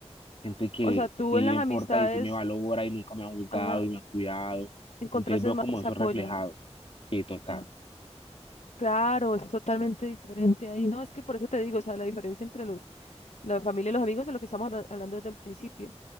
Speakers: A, on the left; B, on the left.
A: gente que
B: o sea, tú
A: sí
B: en las
A: le importa
B: amistades,
A: y sí me valora y nunca me ha juzgado
B: ajá,
A: y me ha cuidado.
B: encontraste
A: Entonces veo
B: más
A: como
B: ese
A: eso
B: apoyo.
A: reflejado. Sí, total.
B: Ya. Claro, es totalmente diferente ahí. No, es que por eso te digo, o sea, la diferencia entre los, la familia y los amigos es lo que estamos habla- hablando desde el principio.